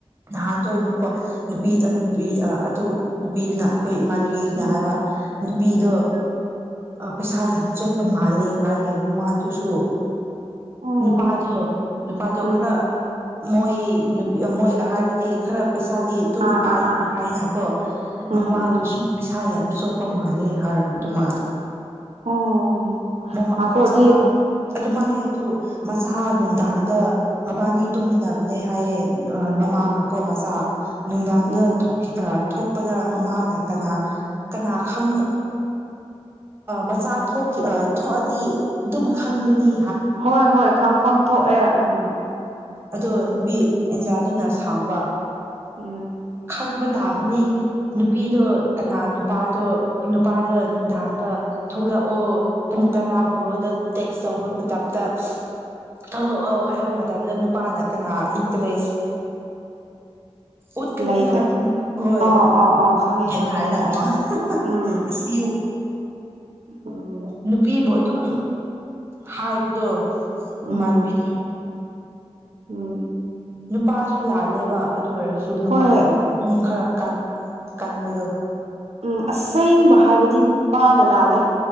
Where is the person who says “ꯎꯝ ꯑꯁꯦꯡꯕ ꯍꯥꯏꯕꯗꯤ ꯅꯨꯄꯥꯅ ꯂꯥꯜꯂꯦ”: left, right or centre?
Right